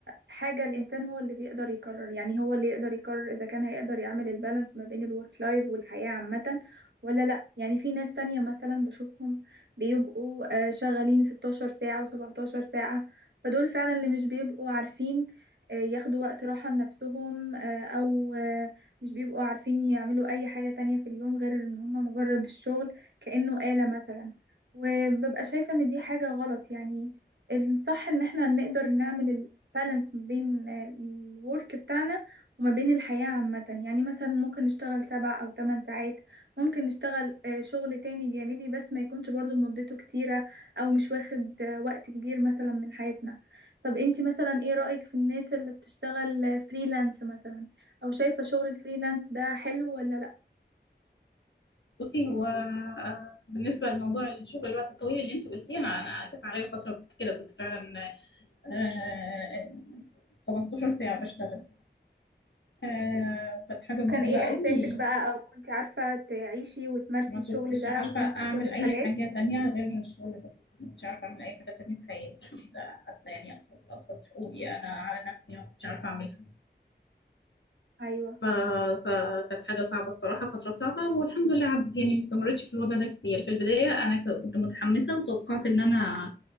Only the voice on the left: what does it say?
بصي هو آه، بالنسبة لموضوع الشغل الوقت الطويل اللي انت قلتيه انا انا كانت عليا فترة كنت كده كنت فعلا آه، 15 ساعة بشتغل آه، كانت حاجة متعبة
قوي
ما
كنتش
عارفة
أعمل
أي حاجة تانية غير الشغل بس مش عارفة أعمل أي حاجة تانية في حياتي لا حتى يعني أبسط أبسط حقوقي أنا على نفسي ما كنتش عارفة أعملها
ف... فكانت حاجة صعبة الصراحة فترة صعبة والحمد لله عدت يعني ما استمرتش في الوضع ده كتير في البداية أنا ك- كنت متحمسة وتوقعت إن أنا